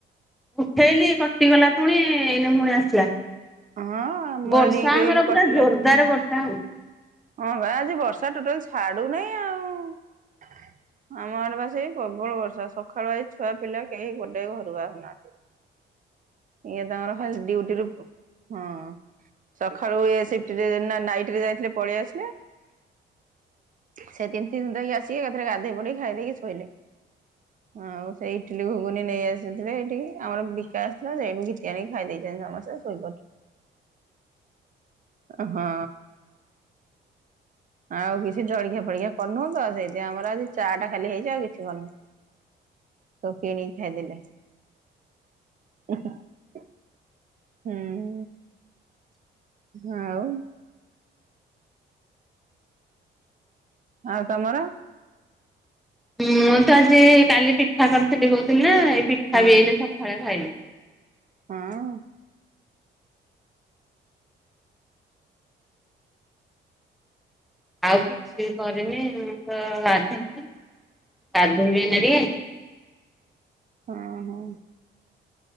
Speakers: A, in the centre; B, on the right (about 40°).
A: ଉଠେଇଲି କଟିଗଲା ପୁଣି ଏଇନା ପୁଣି ଆସିଲା।
B: ହଁ ମୋ
A: ବର୍ଷା
B: ରିଙ୍ଗ
A: ଆମର
B: ହେଇକି କଟିଲା
A: ପୁରା ଜୋରଦାର ବର୍ଷା ହଉଚି।
B: ହଁ ବା ଆଜି ବର୍ଷା ଟୋଟାଲ ଛାଡ଼ୁ ନାହିଁ ଆଉ। ଆମ ଆଡ଼େ ବା ସେଇ ପ୍ରବଳ ବର୍ଷା ସକାଳୁ ଆଜି ଛୁଆ ପିଲା କେହି ଗୋଟେ ଘରୁ ବାହାରୁନାହାନ୍ତି। ଇଏ ତାଙ୍କର ଖାଲି ଡ୍ୟୁଟି ରୁ ହଁ। ସକାଳୁ ଏ ସିପ୍ଟି ରେ ନା ନାଇଟି ରେ ଯାଇଥିଲେ ପଳେଇ ଆସିଲେ। ସେ ତିିନ୍ତି ତିିନ୍ତାକି ଆସିକି ଏକାଥରେ ଗାଧୋଇ ପଡ଼ିକି ଖାଇ ଦେଇକି ଶୋଇଲେ। ଆଉ ସେଇ ଇଟିଲି ଘୁଗୁନି ନେଇ ଆସିଥିଲେ ଏଇଠି କି ଆମର ବିକା ଆଶି ସେ ସେମିତି ଘିତିଆଣିକି ଖାଇ ଦେଇଛନ୍ତି ସମସ୍ତେ ଶୋଇପଢ଼ି ହଁ। ଆଉ କିଛି ଜଳଖିଆ ଫଳଖିଆ କରିନୁଁ ତ ସେଥିପାଇଁ ଆମର ଆ ଚା ଟା ଖାଲି ହେଇଚି ଆଉ କିଛି କରିନୁଁ। ସବୁ କିଣିକି ଖାଇଦେଲେ। ହୁ ହୁ। ହୁଁ। ଆଉ। ଆଉ ତମର?
A: ମୁଁ ତ ଆଜି କାଲି ପିଠା କରିଥିଲି କହୁଥିଲି ଏଇ ପିଠା
B: ହଁ
A: ବି ଏଇନା ସକାଳେ ଖାଇଲି।
B: ହଁ।
A: ଆଉ କିଛି କରିନି, ମୁଁ ତ ଗାଧେଇନି ଗାଧେଇବି ଏଇନା ଟିକେ।
B: ହଁ, ହଁ।